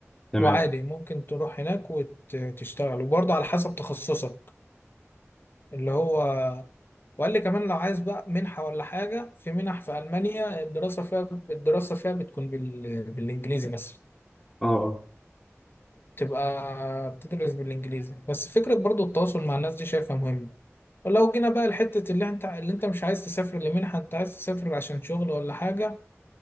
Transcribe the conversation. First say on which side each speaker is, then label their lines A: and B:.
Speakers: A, on the left; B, on the left.
A: تمام
B: وعادي ممكن تروح هناك وتشتغل وبرضه على حسب تخصصك اللي هو وقال لي كمان لو عايز بقى منحة ولا حاجة في منح في ألمانيا الدراسة فيها الدراسة فيها بتكون بال... بالإنجليزي مثلا
A: أه أه
B: تبقى بتدرس بالانجليزي بس فكره برضو التواصل مع الناس دي شايفها مهمه ولو جينا بقى لحته اللي انت اللي انت مش عايز تسافر لمنحه انت عايز تسافر عشان شغل ولا حاجه